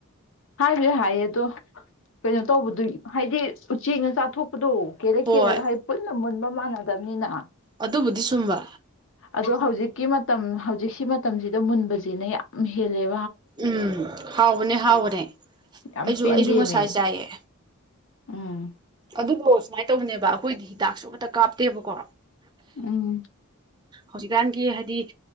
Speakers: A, on the left (about 60°); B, on the right (about 20°).
A: ꯍꯥꯏꯕꯦ ꯍꯥꯏꯌꯦ ꯑꯗꯣ ꯀꯩꯅꯣ ꯇꯧꯕꯗꯨ ꯍꯥꯏꯗꯤ ꯎꯆꯦꯛꯅ ꯆꯥꯊꯣꯛ ꯑꯗꯨꯣ ꯀꯦꯔꯛ
B: ꯍꯣꯏ
A: ꯀꯦꯔꯒ ꯍꯥꯏ ꯄꯨꯟꯅ ꯃꯨꯟꯕ ꯃꯥꯟꯅ ꯇꯕꯅꯤꯅ
B: ꯑꯗꯨꯕꯨꯗꯤ ꯁꯨꯝꯕ
A: ꯑꯗꯣ ꯍꯧꯖꯤꯛꯀꯤ ꯃꯇꯝ ꯍꯧꯖꯤꯛꯀꯤ ꯃꯇꯝꯁꯤꯗ ꯃꯨꯟꯕꯁꯤꯅ ꯍꯦꯂ
B: ꯎꯝ ꯍꯥꯎꯕꯅꯦ ꯍꯥꯎꯕꯅꯦ
A: ꯌꯥꯝ
B: ꯑꯩꯁꯨ
A: ꯄꯦꯟꯗꯦꯃꯦ
B: ꯑꯩꯁꯨ ꯉꯁꯥꯏ ꯆꯥꯏꯑ
A: ꯎꯝ
B: ꯑꯗꯨꯗꯣ ꯁꯨꯃꯥꯏ ꯇꯧꯕꯅꯦꯕ ꯑꯩꯈꯣꯏꯗꯤ ꯍꯤꯗꯥꯛꯁꯨ ꯑꯃꯠꯇ ꯀꯥꯞꯇꯦꯕꯀꯣ
A: ꯎꯝ
B: ꯍꯧꯖꯤꯛꯀꯥꯟꯒꯤ ꯍꯥꯏꯗꯤ